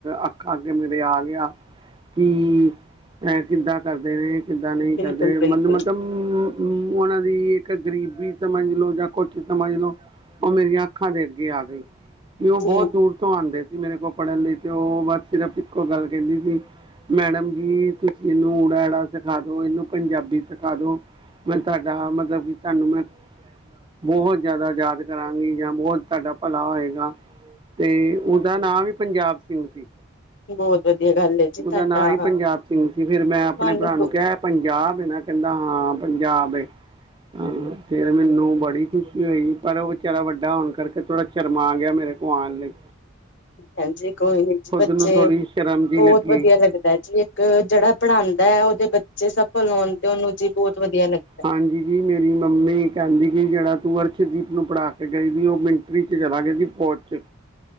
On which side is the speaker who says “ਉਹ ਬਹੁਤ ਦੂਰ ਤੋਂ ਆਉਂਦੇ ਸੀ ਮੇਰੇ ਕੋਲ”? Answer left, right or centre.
Right